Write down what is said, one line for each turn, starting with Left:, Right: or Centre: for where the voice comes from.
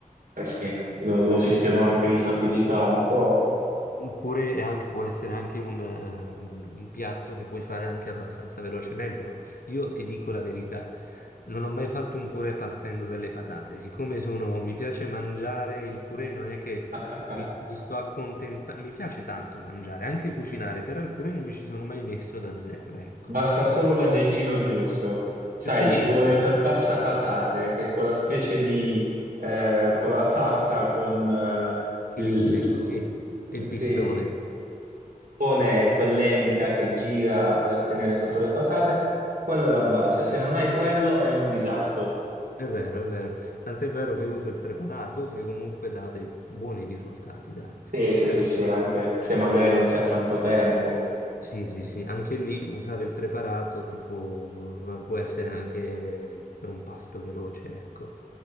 Right: Eh sì, lo, lo sistema anche di sapidità un po'.
Left: Mm, Pure è anche, può essere anche un, eh, un piatto che puoi fare anche abbastanza velocemente, no? Io ti dico la verità, non ho mai fatto un purè partendo dalle patate. Siccome sono, mi piace mangiare il purè, non è che
Right: <laughs>
Left: mi, mi sto accontentando, mi piace tanto mangiare, anche cucinare, però il purè non mi ci sono mai messo da zero, ecco.
Right: Basta solo l'aggeggino giusto. Sai,
Left: Sì,
Right: ci
Left: infatti,
Right: vuole quel passapatate, che è quella specie di... eh, con la pasta, con... eh,
Left: cilindrico,
Right: il-
Left: sì, e
Right: eh,
Left: il
Right: sì,
Left: pistone.
Right: pone e quell'elica che gira per tenere sotto le patate. Quello è la base. Se non hai quello è un disastro.
Left: È vero, è vero. Tant'è vero che uso il preparato che comunque dà dei buoni risultati, dai.
Right: Sì, sì,
Left: Perché
Right: sì, sì, anche se magari non si ha tanto tempo.
Left: Sì, sì, sì, anche lì usare il preparato tipo eh, può essere anche per un pasto veloce, ecco.